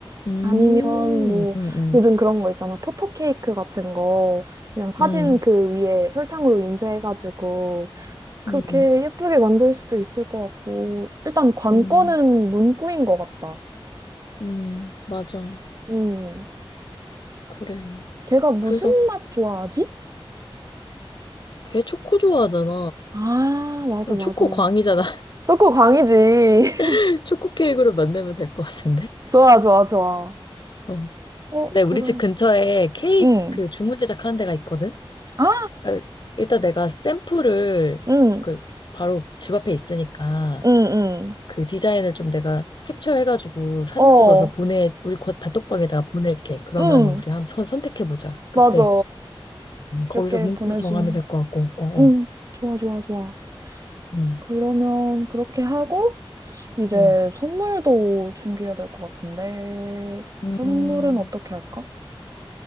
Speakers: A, on the left (about 55°); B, on the right (about 35°).
A: 음.
B: 아니면 뭐
A: 음. 음.
B: 요즘 그런 거 있잖아. 포토 케이크 같은 거. 그냥 사진
A: 음.
B: 그 위에 설탕으로 인쇄해가지고 그렇게
A: 음.
B: 예쁘게 만들 수도 있을 것 같고. 일단 관건은
A: 음.
B: 문구인 것 같다.
A: 음. 맞아.
B: 음.
A: 그래.
B: 걔가 무슨
A: 그래서
B: 맛 좋아하지?
A: 걔 초코 좋아하잖아.
B: 아, 맞아,
A: 어,
B: 맞아.
A: 초코 광이잖아.
B: 초코 광이지. <laughs>
A: <laughs> 초코 케이크로 만들면 될 것 같은데.
B: 좋아, 좋아, 좋아.
A: 어.
B: 어,
A: 네,
B: 그런.
A: 우리 집 근처에 케이크
B: 응.
A: 그 주문 제작하는 데가 있거든?
B: 아,
A: 그러니까 일단 내가 샘플을
B: 응,
A: 그 바로 집 앞에 있으니까
B: 응,
A: 그 디자인을 좀 내가 캡처해가지고
B: 응.
A: 사진
B: 어,
A: 찍어서 보내, 우리 곧 단톡방에다가 보낼게. 그러면은
B: 응.
A: 우리 한번 선- 선택해보자. 그때
B: 맞아.
A: 음, 거기서
B: 몇 개
A: 문구
B: 보내주면.
A: 정하면 될 것 같고, 어,
B: 응.
A: 어.
B: 좋아, 좋아, 좋아.
A: 음,
B: 그러면 그렇게 하고, 이제
A: 음,
B: 선물도 준비해야 될 것 같은데,
A: 음,
B: 선물은 어떻게 할까?